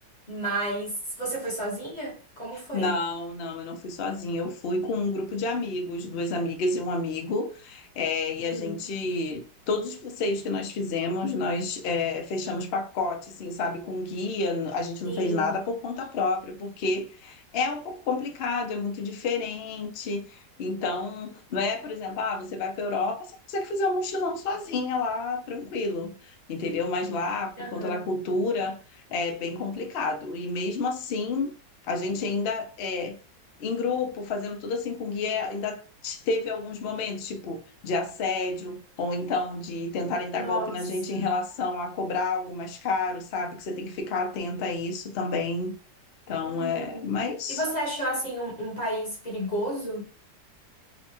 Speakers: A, on the left; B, on the left.
A: mas se você foi sozinha, como foi?
B: Não, não, eu não fui sozinha. Eu fui com um grupo de amigos, duas amigas e um amigo. É, e
A: Hum,
B: a gente, todos os passeios que nós fizemos, nós é, fechamos pacote, assim, sabe, com guia. A gente não
A: sim,
B: fez nada por conta própria, porque é um pouco complicado, é muito diferente. Então, não é, por exemplo, ah, você vai para a Europa, você consegue fazer um mochilão sozinha lá, tranquilo, entendeu? Mas lá, por
A: aham,
B: conta da cultura, é bem complicado. E mesmo assim a gente ainda é em grupo, fazendo tudo assim com guia, ainda teve alguns momentos, tipo, de assédio, ou então de tentarem dar
A: Nossa.
B: golpe na gente em relação a cobrar algo mais caro, sabe? Que você tem que ficar atenta a isso também. Então,
A: Hum.
B: é. Mas,
A: E você achou assim um, um país perigoso?